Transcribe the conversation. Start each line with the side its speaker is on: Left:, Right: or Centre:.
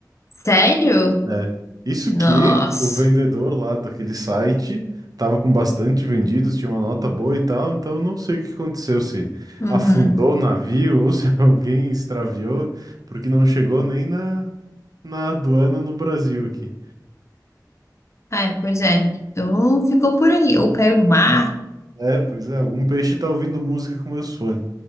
Left: Sério?
Right: É. Isso
Left: Nossa.
Right: que o vendedor lá daquele site tava com bastante vendidos, tinha uma nota boa e tal, então eu não sei o que aconteceu, se
Left: Uhum.
Right: afundou o navio ou se <laughs> alguém extraviou, porque não chegou nem na, na aduana no Brasil aqui.
Left: Ai, pois é. Então ficou por aí. Ou caiu no mar.
Right: É, pois é, algum peixe tá ouvindo música com meus fones,